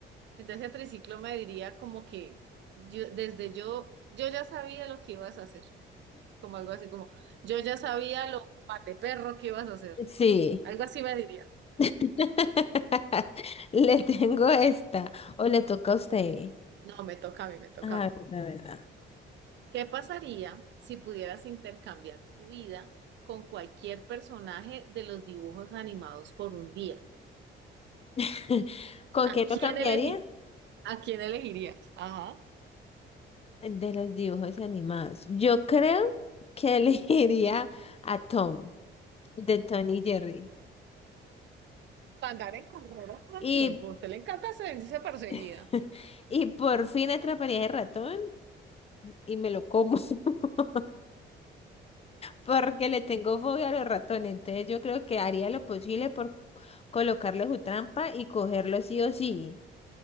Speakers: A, on the right; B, on the left.
A: Entonces ese triciclo me diría como que yo, desde yo, yo ya sabía lo que ibas a hacer, como algo así, como yo ya sabía lo pate perro que ibas a hacer,
B: Sí.
A: así, algo así me diría.
B: <laughs> Le tengo esta. O le toca a usted.
A: No, me toca a mí, me toca
B: A
A: a mí.
B: ver, la verdad.
A: ¿Qué pasaría si pudieras intercambiar tu vida con cualquier personaje de los dibujos animados por un día?
B: <laughs> ¿Con
A: ¿A
B: qué
A: quién
B: lo cambiaría?
A: elegí? ¿A quién elegirías? Ajá.
B: De los dibujos animados. Yo creo que <laughs> elegiría a Tom, de Tony Jerry.
A: Para andar en carreras todo
B: Y,
A: el tiempo. A usted le encanta sentirse perseguida.
B: <laughs> y por fin atraparía el ratón y me lo como, <laughs> porque le tengo fobia a los ratones. Entonces yo creo que haría lo posible por colocarle su trampa y cogerlo sí o sí.